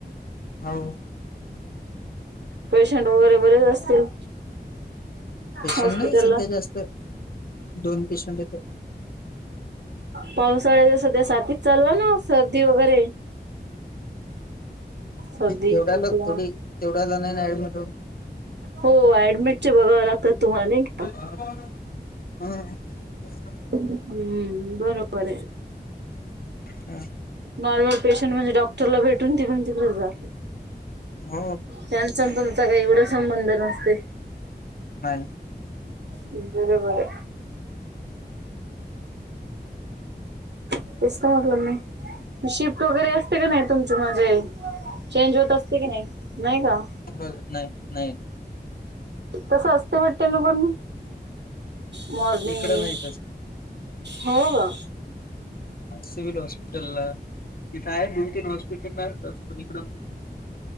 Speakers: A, on the left (about 60°); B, on the right (about 80°).
A: हाव
B: पेशंट वगैरे बरेच असतील
A: पेशंट
B: हॉस्पिटलला
A: नाही सध्या जास्त दोन पेशंट इथे
B: पावसाळ्याच्या सध्या साातीच चालू आहे ना सर्दी वगैरे सर्दी
A: जेवढ्यालाच
B: खोकला
A: थोडी तेवढ्याला नाही ना ऍडमिट होत
B: हो ऍडमिट चे बघाव लागतात तुम्हाला नाई का
A: हम्म ह
B: हम्म बरोबर आहे
A: हा
B: नॉर्मल पेशंट म्हणजे डॉक्टरला भेटून तिकडून तिकडे जात
A: हो
B: त्याच आण तुमचं काय एवढा संबंध नसते
A: नाहीय
B: बरोबर आहे तेच तर म्हणलं मी शिफ्ट वगैरे अस का नाही तुमच म्हणजे चेंज होत असते की नाही नाही का
A: ब नाही, नाही
B: तसं असते वटते ना पण मॉर्निंग
A: इकडं नाही
B: हो का
A: सिव्हील हॉस्पिटलला तिथे आहे दोन, तीन हॉस्पिटल आहे तच पण इकड